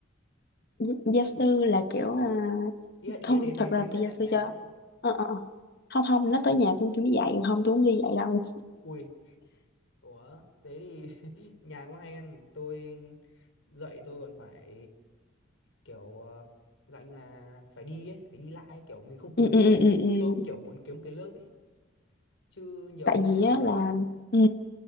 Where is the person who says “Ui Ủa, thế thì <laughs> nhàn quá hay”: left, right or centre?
Left